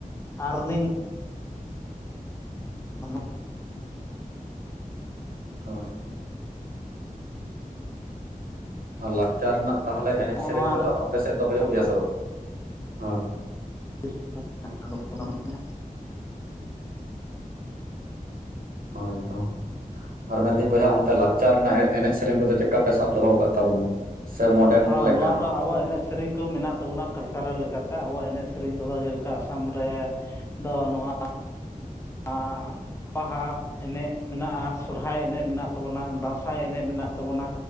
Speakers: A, on the left; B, on the right.
A: ᱟᱨ ᱞᱤᱝ ᱱᱚᱜᱼᱚ
B: ᱦᱳᱭ ᱟᱨ ᱞᱟᱠᱪᱟᱨ ᱨᱮᱱᱟᱜ ᱛᱟᱦᱚᱞᱮ ᱮᱱᱮᱡ ᱥᱮᱨᱮᱧ
A: ᱱᱚᱣᱟ
B: ᱠᱚᱫᱚ
A: ᱨᱮ
B: ᱟᱯᱮ ᱥᱮᱫ ᱫᱚ ᱦᱩᱭᱩᱜ
A: ᱟᱵᱚ
B: ᱜᱮᱭᱟ ᱥᱮ ᱵᱟᱝ? ᱦᱳᱭ,
A: ᱴᱷᱤᱠ ᱴᱷᱟᱠ ᱩᱰᱩᱝ ᱵᱚᱞᱚᱱ ᱢᱮ᱾
B: ᱦᱳᱭ ᱛᱚ, ᱟᱨ ᱢᱮᱱ ᱫᱟᱹᱧ ᱵᱚᱭᱦᱟ ᱚᱱᱛᱮ ᱞᱟᱠᱪᱟᱨ ᱨᱮᱱᱟᱜ ᱮᱱᱮᱡ ᱥᱮᱨᱮᱧ ᱠᱚᱫᱚ ᱪᱮᱫᱠᱟ ᱯᱮ ᱥᱟᱵ ᱫᱚᱦᱚᱸ ᱠᱟᱫ ᱛᱟᱵᱚᱱᱟ? ᱥᱮ ᱢᱚᱰᱮᱱ
A: ᱦᱚᱸ
B: ᱞᱮᱠᱟ?
A: ᱱᱚᱣᱟ ᱫᱚ ᱟᱵᱚᱣᱟᱜ ᱮᱱᱮᱡ ᱥᱮᱨᱮᱧ ᱠᱚ ᱢᱮᱱᱟᱜ ᱛᱟᱵᱚᱱᱟ ᱠᱟᱞᱪᱟᱨᱟᱞ ᱞᱮᱠᱟᱛᱮ᱾ ᱟᱵᱚᱣᱟᱜ ᱮᱱᱮᱡ ᱥᱮᱨᱮᱧ ᱠᱚᱫᱚ ᱡᱮᱞᱮᱠᱟ ᱟᱥᱟᱢ ᱨᱮ ᱫᱚ ᱱᱚᱣᱟ ᱟᱸᱻ ᱵᱟᱦᱟ ᱮᱱᱮᱡ ᱢᱮᱱᱟᱜ-ᱟ, ᱥᱚᱨᱦᱟᱭ ᱮᱱᱮᱡ ᱢᱮᱱᱟᱜ ᱛᱟᱵᱚᱱᱟ, ᱫᱟᱸᱥᱟᱭ ᱮᱱᱮᱡ ᱢᱮᱱᱟᱜ ᱛᱟᱵᱚᱱᱟ᱾